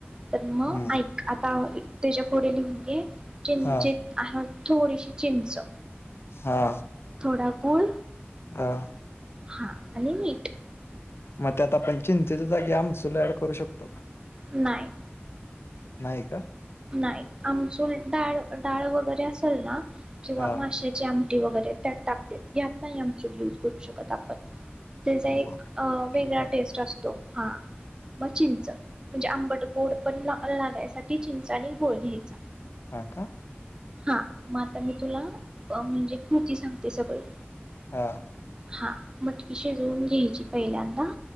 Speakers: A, on the right; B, on the left.
A: तर मग
B: हम्म
A: ऐक आता त्याच्या पुढे लिहून घे. किंचित
B: हा
A: आ हा थोडीशी चिंच
B: हा.
A: थोडा गुळ
B: हा
A: हा आणि मीठ.
B: मग त्यात आपण चिंचेच्या जागी आमसुल ऍड करू शकतो का?
A: नाही.
B: नाही का?
A: नाई आमसूल डाळ-डाळ वगैरे असेल ना किंवा
B: हा
A: माशाची आम ते वैगरे त्यात टाकतेत यात नाही आमचूर युज करू शकत आपण त्याजा एक
B: बर
A: अअ वेगळा
B: ठीक आहे
A: टेस्ट असतो हा मग चिंच म्हणजे आंबट, गोड पण ला लागायसाठी चिंच चालेल <unintelligible> इचा
B: हा का?
A: हा म आता मी तुला अ म्हणजे कृती सांगते सगळी
B: हा
A: हा मटकी शिजवून घ्यायची पहिल्यांदा